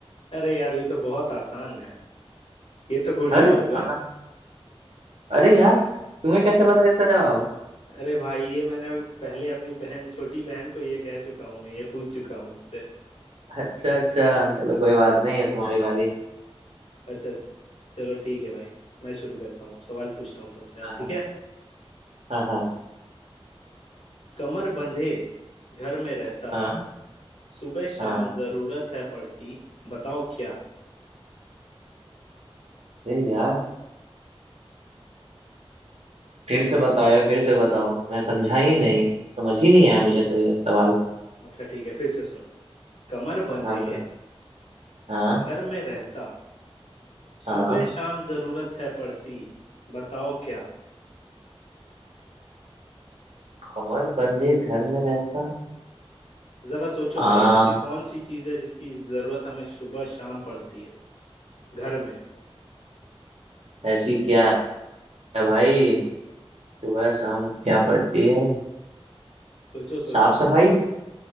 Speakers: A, on the left (about 75°); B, on the right (about 80°).
A: अरे यार ये तो बहुत आसान है ये तो गुड़िया
B: अरे
A: होगा
B: आ- अरे यार तुम्हें कैसे पता इसका जवाब
A: अरे भाई ये मैंने पहले अपनी बहन छोटी बहन को ये कह चुका हूँ मैं ये पूछ चुका हूँ उससे
B: अच्छा अच्छा चलो
A: <laughs>
B: कोई बात नहीं है तुम्हारी बारी
A: अच्छा चलो ठीक है भाई मैं शुरू करता हूँ सवाल पूछता हूँ तुमसे अब
B: हाँ
A: ठीक है
B: हाँ हाँ
A: कमर बंधे घर में रहता
B: हाँ हाँ
A: सुबह शाम
B: हाँ,
A: जरूरत है पड़ती बताओ क्या
B: अरे यार फिर से बताओ यार फिर से बताओ मैं समझा ही नहीं समझ ही नहीं आया मुझे तो ये सवाल
A: अच्छा ठीक है फिर से सुनो कमर बंधे
B: हाँ हाँ हाँ
A: घर में रहता सुबह
B: हाँ
A: शाम जरूरत है पड़ती बताओ क्या
B: कमर बंधे घर में रहता
A: जरा सोचो
B: आ
A: भाई ऐसी कौन सी चीज है जिसकी जरूरत हमें सुबह शाम पड़ती है घर में
B: ऐसी क्या है भाई सुबह शाम क्या पड़ती है
A: सोचो सोचो
B: साफ सफाई